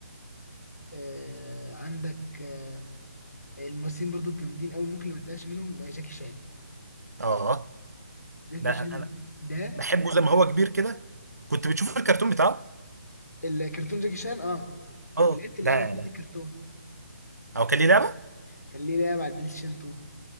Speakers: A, on the left (about 80°); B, on the right (about 85°).
A: آه عندك آه الممثلين برضه الجامدين قوي ممكن اللي ما تزهقش منهم آه، جاكي شان
B: اه
A: جاكي
B: ده انا
A: شان
B: أنا
A: ده
B: بحبه زي ما هو كبير كده كنت بتشوف الكرتون بتاعه
A: الكرتون جاكي شان اه
B: اه
A: ولعبت اللعبة
B: ده يعني
A: بتاعت الكرتون
B: او كان ليه لعبه
A: كان ليه لعبة على البلاي ستيشن 2